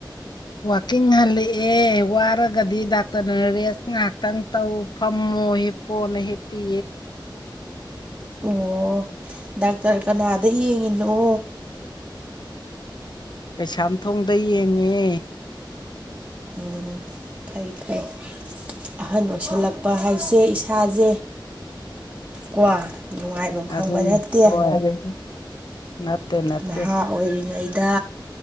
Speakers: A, on the left (about 60°); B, on the right (about 20°).
A: ꯋꯥꯋꯀꯤꯡ ꯍꯂꯛꯑꯦ ꯋꯥꯔꯒꯗꯤ ꯗꯥꯛꯇꯔꯅ ꯔꯦꯁ ꯉꯍꯥꯛꯇꯪ ꯇꯧꯐꯝ ꯍꯄꯅ ꯍꯦꯞꯄꯤ
B: ꯑꯣ ꯗꯥꯛꯇꯔ ꯀꯅꯥꯗ ꯌꯦꯡꯉꯤꯅꯣ
A: ꯀꯩꯁꯥꯝꯊꯣꯡꯗ ꯌꯦꯡꯉꯦ
B: ꯎꯝ ꯐꯩ ꯐꯩ ꯑꯍꯟ ꯑꯣꯏꯁꯜꯂꯛꯄ ꯍꯥꯏꯁꯦ ꯏꯁꯥꯁꯦ ꯀꯣ ꯅꯨꯡꯉꯥꯏꯐꯝ ꯈꯪꯕ
A: ꯑꯗꯨꯅꯤ
B: ꯅꯠꯇꯦ
A: ꯍꯣꯏ ꯅꯠꯇꯦ ꯅꯠꯇꯦ
B: ꯅꯍꯥ ꯑꯣꯏꯔꯤꯉꯩꯗ